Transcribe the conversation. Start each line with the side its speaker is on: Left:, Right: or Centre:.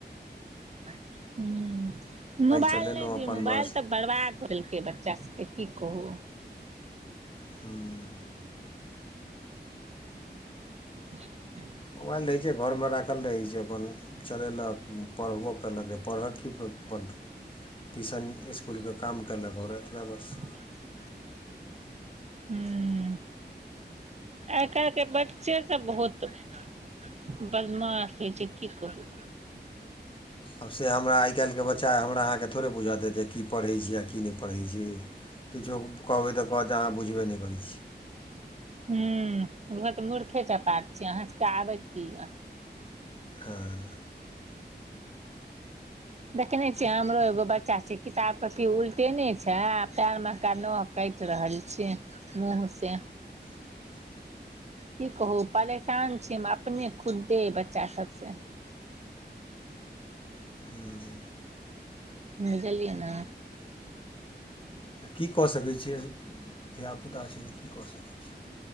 Right: हुं, मोबाइल
Left: चलेलहुँ
Right: नै दियौ,
Left: अपन
Right: मोबाइल
Left: बस
Right: त बर्बाद क देलकै बच्चा सबके की कहू।
Left: हुं
Right: <inaudible>
Left: मोबाइल रहै छै, घर मे राखल रहै छै, अपन, चलेलक। हं पढ़बो केलक पढ़त की <unintelligible> फ टिशन इस्कुल के काम केलक, और एतबा बस।
Right: <unintelligible> हुं, आइ कालिके बच्चे सब बहुत दुखी बदमाश होइ छै की कहू।
Left: हं से हमरा आइ काल्हिके बच्चा, हमरा अहाँकेँ थोड़े बुझत देत कि की पढ़ै छी आ, की नै पढ़ै छी। किछो कहबै, त कहत जे अहाँ बुझबे नै करै छी।
Right: हुं बूझत मूर्खे चपाट छी, अहाँ सबके आबै की य।
Left: हँ अं
Right: देखै नै छीयै, हमरो एगो बच्चा छै, किताब कॉपी उलटेने छै आ, पैर महका नह काटि रहल छियै मूँह से।
Left: <inaudible>
Right: की कहू पलेशान छी हम, अपने खुद्दे अइ बच्चा सबसँ।
Left: हुं
Right: बुझलिअइ न।
Left: त की क सकै छियै? धिया पूता छै त की क सकै छी